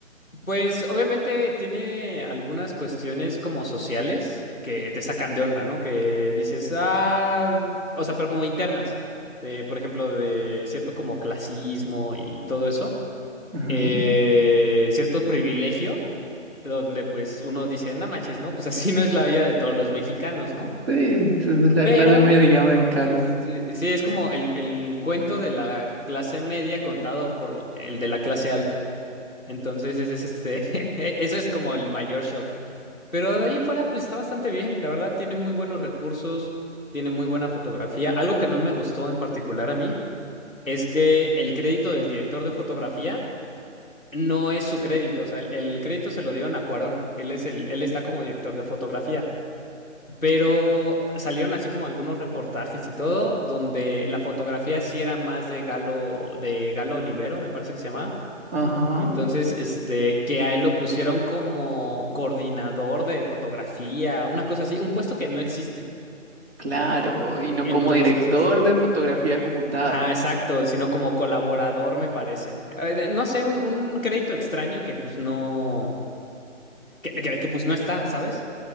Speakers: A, in the centre; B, on the right (about 50°).
A: pues obviamente tiene algunas cuestiones como sociales que te sacan de onda, ¿no? Que dices, ah, o sea, pero como internas, de, por ejemplo, de cierto como clasismo y todo eso,
B: Ajá.
A: eh, cierto privilegio donde pues uno dice, no manches, ¿no? Pues así <laughs> no es la vida de todos los mexicanos, ¿no?
B: Sí, esa es la
A: Pero
B: clase media mexicana.
A: es- es- sí es como el, el cuento de la clase media contado por el de la clase alta. Entonces, ese es este, <laughs> ese es como el mayor shock. Pero de ahí en fuera, pues está bastante bien. La verdad, tiene muy buenos recursos, tiene muy buena fotografía. Algo que no me gustó en particular a mí es que el crédito del director de fotografía no es su crédito. O sea, el, el crédito se lo dieron a Cuarón. Él es el, él está como director de fotografía. Pero salieron así como algunos reportajes y todo, donde la fotografía sí era más de Galo, de Galo Olivero, me parece que se llama.
B: Ajá,
A: Entonces, este, que a él lo pusieron como coordinador de fotografía, una cosa así, un puesto que no existe.
B: claro. Y no
A: Entonces,
B: como director
A: este,
B: de fotografía como tal.
A: ajá, exacto, sino como colaborador, me parece. Eh, de- no sé, un, un crédito extraño que pues no, que, que que, pues no está, ¿sabes?